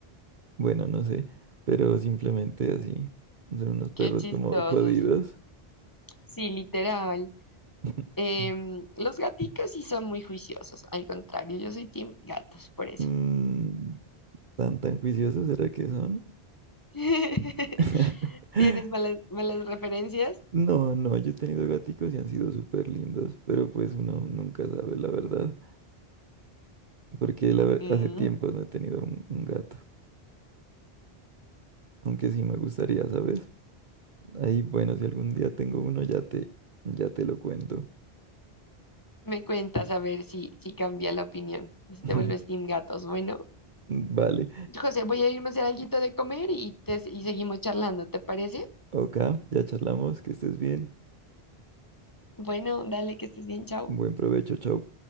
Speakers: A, on the right (about 50°); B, on the left (about 20°).
A: bueno, no sé, pero simplemente así. Son unos perros
B: Qué chistosos.
A: como jodidos.
B: Sí, literal.
A: <laughs>
B: Em, los gaticos sí son muy juiciosos, al contrario, yo soy team gatos, por eso.
A: Mm, ¿tan tan juiciosos será que son?
B: <laughs>
A: <laughs>
B: ¿Tienes malas, malas referencias?
A: No, no, yo he tenido gaticos y han sido súper lindos, pero pues uno nunca sabe la verdad, porque la ver-
B: Mm,
A: hace tiempo no he tenido un, un gato, aunque sí me gustaría, ¿sabes? Ahí, bueno, si algún día tengo uno, ya te, ya te lo cuento.
B: me cuentas a ver si, si cambia la opinión, si
A: <laughs>
B: te vuelves team gatos, bueno.
A: Vale.
B: José, voy a irme a hacer algo de comer y, te, y seguimos charlando, ¿te parece?
A: Ok, ya charlamos, que estés bien.
B: Bueno, dale, que estés bien, chao.
A: Buen provecho, chao.